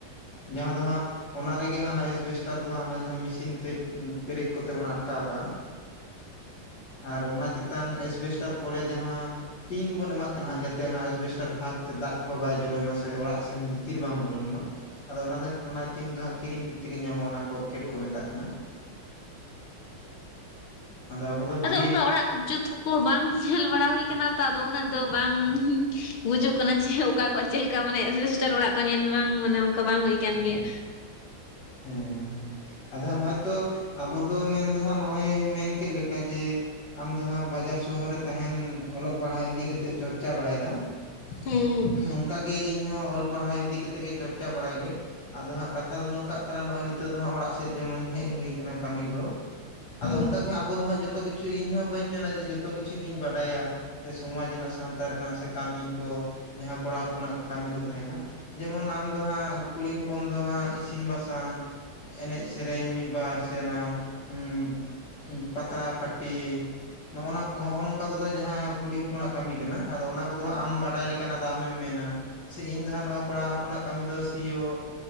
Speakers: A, on the left; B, on the left.
A: ᱡᱟᱦᱟᱸ ᱫᱚ ᱦᱟᱸᱜ ᱚᱱᱟ ᱨᱮᱜᱮ ᱦᱟᱸᱜ ᱚᱱᱟ ᱮᱥᱵᱮᱥᱴᱟᱨ ᱫᱚ ᱦᱟᱸᱜ ᱚᱱᱟ ᱡᱟᱦᱟᱸ ᱢᱮᱥᱤᱱ ᱛᱮ ᱯᱮᱨᱮᱠ ᱠᱚᱛᱮ ᱵᱚᱱ ᱟᱴᱠᱟᱣ ᱠᱟᱜ-ᱟ᱾ ᱟᱨ ᱚᱱᱟ ᱪᱮᱛᱟᱱ ᱮᱥᱵᱮᱥᱴᱟᱨ ᱯᱚᱨᱮ ᱡᱟᱦᱟᱸ ᱴᱤᱱ ᱵᱚᱱ ᱮᱢᱟᱜ ᱠᱟᱱᱟ ᱡᱟᱛᱮ ᱚᱱᱟ ᱮᱥᱵᱮᱥᱴᱟᱨ ᱯᱷᱟᱸᱠ ᱛᱮ ᱫᱟᱜ ᱠᱚ ᱵᱟᱭ ᱡᱚᱨᱚᱭ ᱢᱟ ᱥᱮ ᱚᱲᱟᱜ ᱥᱮᱱ ᱵᱷᱤᱛᱤᱨ ᱵᱟᱝ ᱵᱚᱞᱚᱱ ᱢᱟ᱾ ᱟᱫᱚ ᱚᱱᱟ ᱫᱚ <unintelligible> ᱚᱱᱟ ᱴᱤᱢ ᱫᱚ ᱦᱟᱸᱜ ᱠᱤᱨᱤᱧ ᱛᱮᱜᱮ ᱧᱟᱢᱚᱜ-ᱟ ᱚᱱᱟ ᱠᱚᱨᱠᱮᱴ ᱠᱚ ᱢᱮᱛᱟᱜ ᱠᱟᱱᱟ᱾
B: <inaudible>
A: ᱟᱫᱚ ᱟᱵᱚ ᱫᱚ ᱵᱤᱨ
B: ᱟᱫᱚ ᱚᱱᱠᱟ ᱚᱲᱟᱜ ᱡᱩᱛ ᱠᱚ ᱠᱚ ᱵᱟᱝ ᱧᱮᱞ ᱵᱟᱲᱟ ᱦᱩᱭ ᱠᱟᱱᱟ ᱛᱚ ᱟᱫᱚ ᱩᱱᱟᱹᱜ ᱫᱚ ᱵᱟᱝ ᱵᱩᱡᱩᱜ ᱠᱟᱱᱟ ᱡᱮ ᱚᱠᱟ ᱠᱚ ᱪᱮᱞᱠᱟ ᱢᱟᱱᱮ ᱮᱥᱵᱮᱥᱴᱟᱨ ᱚᱲᱟᱜ ᱠᱚ ᱧᱮᱞ ᱵᱟᱝ ᱢᱟᱱᱮ ᱚᱱᱠᱟ ᱵᱟᱝ ᱦᱩᱭ ᱟᱠᱟᱱ ᱜᱮᱭᱟ᱾
A: ᱦᱮᱸ ᱦᱮᱸ ᱟᱫᱚ ᱦᱟᱸᱜ ᱱᱚᱜ-ᱚᱭ ᱛᱚ ᱟᱵᱚ ᱫᱚ ᱢᱮᱱ ᱫᱚ ᱦᱟᱸᱜ ᱱᱚᱜ-ᱚᱭ ᱢᱮᱱ ᱠᱮᱜ ᱞᱮᱠᱟ ᱡᱮ ᱟᱢ ᱫᱚ ᱦᱟᱸᱜ ᱵᱟᱡᱟᱨ ᱥᱚᱦᱚᱨ ᱨᱮ ᱛᱟᱦᱮᱱ ᱚᱞᱚᱜ ᱯᱟᱲᱦᱟᱣ ᱤᱫᱤ ᱠᱟᱛᱮᱜ ᱪᱚᱨᱪᱟᱣ ᱵᱟᱲᱟᱭ ᱫᱟᱢ᱾
B: ᱦᱮᱸᱻ
A: ᱚᱱᱠᱟᱜᱮ ᱤᱧᱦᱚᱸ ᱚᱞ ᱯᱟᱲᱦᱟᱣ ᱤᱫᱤ ᱠᱟᱛᱮᱜ ᱜᱮ ᱪᱚᱨᱪᱟ ᱵᱟᱲᱟᱭ ᱜᱤᱭᱟᱹᱧ ᱟᱫᱚ ᱦᱟᱸᱜ ᱠᱟᱛᱷᱟ ᱫᱚ ᱱᱚᱝᱠᱟᱜ ᱟᱫᱚ ᱱᱚᱜ-ᱚᱭ ᱱᱤᱛᱚᱜ ᱫᱚ ᱦᱚᱜ-ᱚ ᱚᱲᱟᱜ ᱥᱮᱫ ᱡᱮᱢᱚᱱ ᱦᱮᱡ ᱦᱩᱭ ᱟᱠᱟᱱᱟ ᱠᱟᱢᱤ ᱜᱚᱲᱚ
B: ᱦᱮᱸ
A: ᱟᱫᱚ ᱚᱱᱠᱟ ᱜᱮ ᱦᱟᱸᱜ ᱡᱚᱛᱚ ᱠᱤᱪᱷ ᱤᱧ ᱦᱚᱸ ᱵᱟᱹᱧ ᱢᱮᱱᱟ ᱡᱮ ᱡᱚᱛᱚ ᱠᱤᱪᱷᱩ ᱜᱤᱧ ᱵᱟᱰᱟᱭᱟ ᱥᱮ ᱥᱚᱢᱟᱡᱽ ᱨᱮᱱᱟᱜ ᱥᱟᱶᱛᱟ ᱨᱮᱱᱟᱜ ᱥᱮ ᱠᱟᱢᱤ ᱠᱚ ᱡᱟᱦᱟᱸ ᱠᱚᱲᱟ ᱦᱚᱯᱚᱱᱟᱜ ᱠᱟᱢᱤ ᱠᱚ ᱛᱟᱦᱮᱱᱟ, ᱡᱮᱢᱚᱱ ᱟᱢ ᱫᱚ ᱦᱟᱸᱜ ᱠᱩᱲᱤ ᱦᱚᱯᱚᱱ ᱫᱚ ᱦᱟᱸᱜ ᱤᱥᱤᱱ ᱵᱟᱥ ᱟᱸ ᱮᱱᱮᱡ ᱥᱮᱹᱨᱮᱹᱧ ᱢᱤᱫᱵᱟᱨ ᱥᱮ ᱚᱱᱟ ᱩᱸᱦ ᱯᱟᱛᱲᱟ ᱯᱟᱴᱤ ᱱᱚᱜ ᱱᱚᱣᱟ ᱱᱚᱝᱠᱟ ᱠᱚᱫᱚ ᱡᱟᱦᱟᱸ ᱠᱩᱲᱤ ᱦᱚᱯᱚᱱᱟᱜ ᱠᱟᱹᱢᱤ ᱠᱟᱱᱟ ᱟᱫᱚ ᱚᱱᱟ ᱠᱚᱫᱚ ᱟᱢ ᱵᱟᱰᱟᱭ ᱞᱮᱠ ᱚᱱᱟ ᱫᱚ ᱟᱢᱮᱢ ᱢᱮᱱᱟ ᱥᱮ ᱤᱧ ᱫᱚ ᱦᱟᱸᱜ ᱠᱚᱲᱟ ᱦᱚᱯᱚᱱᱟᱜ ᱠᱟᱹᱢᱤ ᱫᱚ ᱥᱤ ᱭᱳᱜ